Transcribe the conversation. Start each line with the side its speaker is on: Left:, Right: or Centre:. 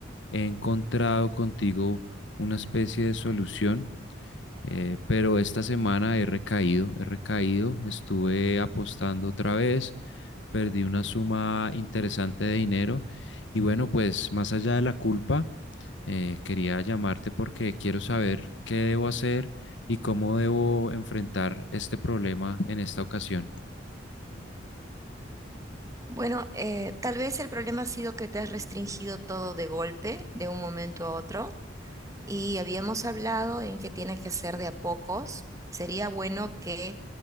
Left: he encontrado contigo una especie de solución, eh, pero esta semana he recaído, he recaído, estuve apostando otra vez, perdí una suma interesante de dinero y bueno, pues más allá de la culpa, eh, quería llamarte porque quiero saber qué debo hacer y cómo debo enfrentar este problema en esta ocasión.
Right: Bueno, eh, tal vez el problema ha sido que te has restringido todo de golpe, de un momento a otro, y habíamos hablado en que tiene que ser de a pocos. Sería bueno que